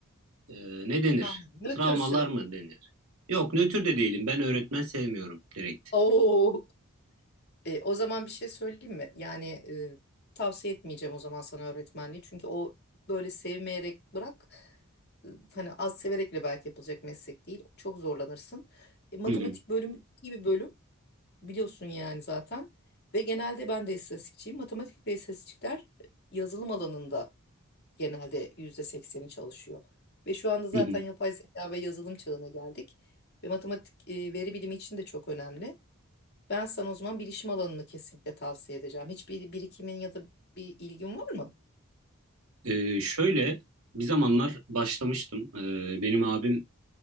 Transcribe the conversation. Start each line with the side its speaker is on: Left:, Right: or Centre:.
Right: e, ne denir?
Left: Ha, nötrsün.
Right: Travmalar mı denir? Yok nötr de değilim. Ben öğretmen sevmiyorum direkt.
Left: Oo. E, o zaman bir şey söyleyeyim mi? Yani e, tavsiye etmeyeceğim o zaman sana öğretmenliği. Çünkü o böyle sevmeyerek bırak. e, Hani az severek bile belki yapılacak meslek değil. Çok zorlanırsın. E, matematik
Right: Hı hı,
Left: bölümü çok iyi bir bölüm. Biliyorsun yani zaten. Ve genelde ben de istatistikçiyim. Matematik ve istatistikler e, yazılım alanında genelde yüzde sekseni çalışıyor. Ve şu anda zaten
Right: hı hı.
Left: yapay zeka ve yazılım çağına geldik. Ve matematik e, veri bilimi için de çok önemli. Ben sana o zaman bilişim alanını kesinlikle tavsiye edeceğim. Hiçbir birikimin ya da bir ilgin var mı?
Right: E, şöyle bir zamanlar başlamıştım. E, benim abim